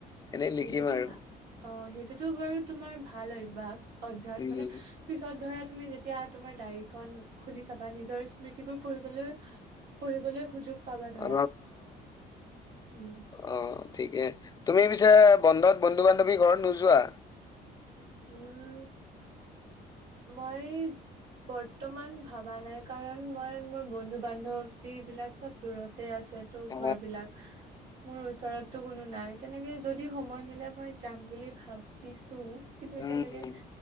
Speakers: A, on the left; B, on the right.
A: এনেই লিখিম
B: সেইটোতো
A: আৰু
B: ভা অ সেইটোতো বাৰু তোমাৰ ভাল অভ্যাস অভ্যাস
A: উম
B: মানে পিছত ধৰা তুমি যেতিয়া তোমাৰ ডায়ৰীখন খুলি চাবা নিজৰ স্মৃতিবোৰ পঢ়িবলৈ পঢ়িবলৈ সুযোগ পাবা ধৰা
A: অ।
B: উম
A: অ ঠিকে। তুমি পিছে বন্ধত বন্ধু-বান্ধৱীৰ ঘৰত নোযোৱা?
B: উম মই বৰ্তমান ভাবা নাই কাৰণ মই মোৰ বন্ধু-বান্ধৱীবিলাক চব দূৰতে আছ আছে ত'
A: অ
B: ঘৰবিলাক। মোৰ ওচৰত টো কোনো নাই তেনেকে যদি সময় মিলে মই যাম বুলি ভাবিছো। কিন্তু
A: উম
B: এতিয়ালেকে